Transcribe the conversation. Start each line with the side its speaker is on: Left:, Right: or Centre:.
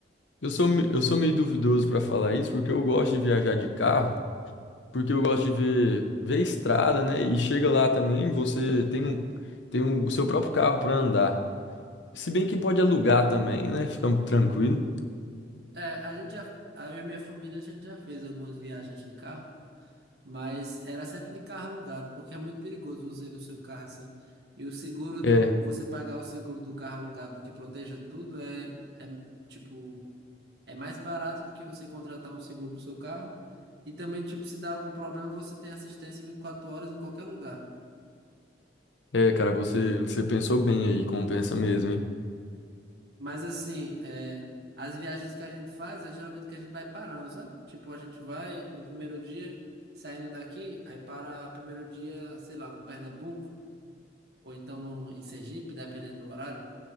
Left: Eu sou, me- eu sou meio duvidoso pra falar isso, porque eu gosto de viajar de carro, porque eu gosto de ver, ver a estrada, né? E chega lá também, você tem um, tem um- o seu próprio carro pra andar. Se bem que pode alugar também, né? Fica tranquilo.
Right: É, a gente já, eu e minha família, a gente já fez algumas viagens de carro, mas era sempre de carro alugado, porque é muito perigoso você ir no seu carro assim. E o seguro do,
Left: É,
Right: você pagar o seguro do carro alugado que proteja tudo é, é tipo, é mais barato do que você contratar um seguro pro seu carro. E também, tipo, se dá algum problema, você tem assistência 24 horas em qualquer lugar.
Left: é, cara, você, você pensou bem aí, compensa mesmo, hein?
Right: Mas assim, é, as viagens que a gente faz é geralmente que a gente vai parando, sabe? Tipo, a gente vai no primeiro dia, saindo daqui, aí para primeiro dia, sei lá, no Pernambuco, ou então no, em Sergipe, dependendo do horário.